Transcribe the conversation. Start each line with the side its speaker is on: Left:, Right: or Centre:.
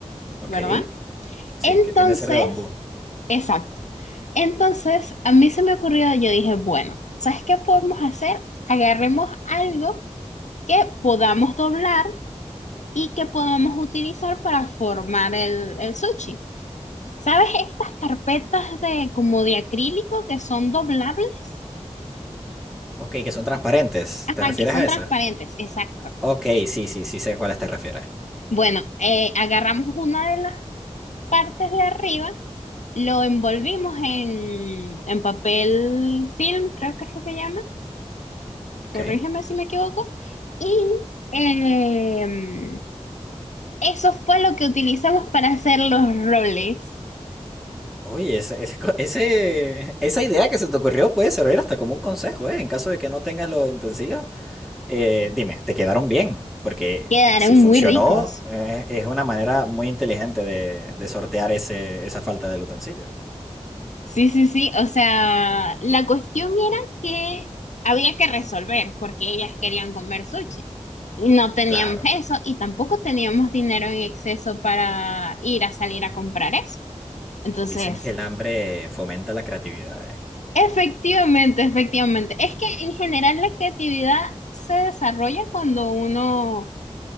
Centre: Ok.
Left: ¿verdad? Entonces,
Centre: Sí, que tiende a ser de bambú.
Left: exacto. Entonces, a mí se me ocurrió, yo dije, bueno, ¿sabes qué podemos hacer? Agarremos algo que podamos doblar y que podamos utilizar para formar el, el sushi. ¿Sabes estas carpetas de como de acrílico que son doblables?
Centre: Ok, que son transparentes.
Left: Ajá,
Centre: ¿Te refieres
Left: que son
Centre: a
Left: transparentes,
Centre: esa?
Left: exacto.
Centre: Ok, sí, sí, sí sé a cuáles te refieres.
Left: Bueno, eh, agarramos una de las partes de arriba, lo envolvimos en, en papel film, creo que es que se llama,
Centre: Ok.
Left: corrígeme si me equivoco, y em, eso fue lo que utilizamos para hacer los roles.
Centre: Oye, ese, ese <laughs> co- ese- esa idea que se te ocurrió puede servir hasta como un consejo, ¿eh? En caso de que no tengas los utensilios, Eh, dime, ¿te quedaron bien? Porque
Left: Quedaron
Centre: si funcionó,
Left: muy ricos.
Centre: eh, es una manera muy inteligente de, de sortear ese, esa falta del utensilio.
Left: Sí, sí, sí. O sea, la cuestión era que había que resolver porque ellas querían comer sushi. Y no teníamos
Centre: Claro,
Left: eso y tampoco teníamos dinero en exceso para ir a salir a comprar eso. Entonces,
Centre: dicen que el hambre fomenta la creatividad ¿eh?
Left: efectivamente, efectivamente. Es que en general la creatividad se desarrolla cuando uno